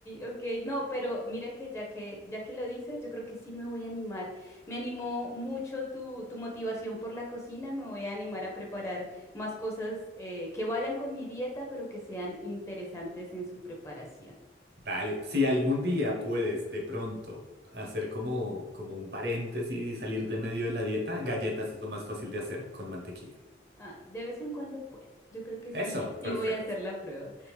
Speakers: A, on the left; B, on the right.
A: ok, no, pero mira que ya que ya que lo dices, yo creo que sí me voy a animar. Me animó mucho tu, tu motivación por la cocina, me voy a animar a preparar más cosas eh, que vayan con mi dieta, pero que sean interesantes en su preparación.
B: Dale, si algún día puedes de pronto hacer como, como un paréntesis y salir de medio de la dieta, galletas es lo más fácil de hacer con mantequilla.
A: Ay, de vez en cuando, pues, yo creo que
B: Eso,
A: sí,
B: perfecto.
A: sí voy a hacer la prueba.